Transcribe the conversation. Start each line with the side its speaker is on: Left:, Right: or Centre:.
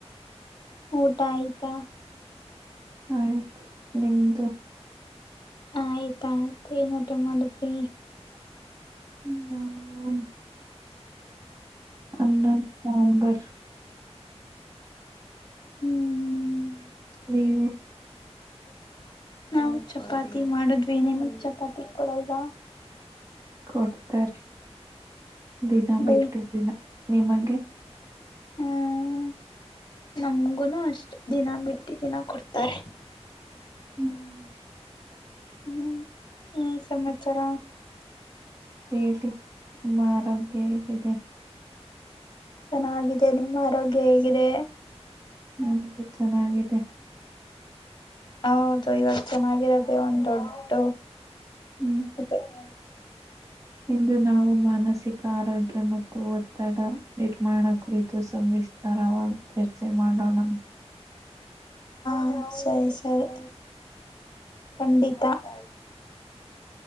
Left: ಊಟ ಆಯ್ತಾ
Right: ಆಯ್ತು ನಿಮ್ದು
Left: ಆಯ್ತ ಆಯ್ತ ಎನೂಟ ಮಾಡದ್ರಿ
Right: ಹ <inaudible> ಅನ್ನ ಸಾಂಬರ್
Left: ಹ್ಮ್
Right: ನೀವು
Left: <inaudible> ನಾವು ಚಪಾತಿ ಮಾಡಿದ್ವಿ ನಿಮತ್ ಚಪಾತಿ ಕೊಡಲ್ವಾ
Right: ಕೊಡ್ತಾರೆ ದಿನ ಬಿಟ್ಟು
Left: ಡೈ
Right: ದಿನ ನಿಮಗೆ
Left: ಹ್ಮ್ ನಮ್ಗುನು ಅಷ್ಟ ದಿನ ಬಿಟ್ಟು ದಿನ ಕೊಡ್ತಾರೆ
Right: ಹ್ಮ್
Left: ಹ್ಮ್ ಹ್ಮ ಸಮಾಚಾರ
Right: ಹೇಳಿ ನಿಮ್ಮ ಆರೋಗ್ಯ ಹೇಗಿದೆ
Left: ಚೆನ್ನಾಗಿದೆ ನಿಮ್ಮ ಆರೋಗ್ಯ ಹೇಗಿದೆ
Right: ಹು ಚೆನ್ನಾಗಿದೆ
Left: ಹೌದು ಇವಾಗ ಚೆನ್ನಾಗಿರದೆೇ ಒಂದ ದೊಡ್ಡ
Right: ಹ್ಮ್
Left: <unintelligible>
Right: ಇಂದು ನಾವು ಮಾನಸಿಕ ಆರೋಗ್ಯ ಮತ್ತು ಒತ್ತಡ ನಿರ್ಮಾಣ ಕುರಿತು ಸಂ ಿಸ್ತಾರವಾಗಿ <unintelligible> ಚರ್ಚೆ ಮಾಡೋಣ
Left: ಹ ಸರಿ ಸರಿ ಕಂಡಿತಾ <inaudible>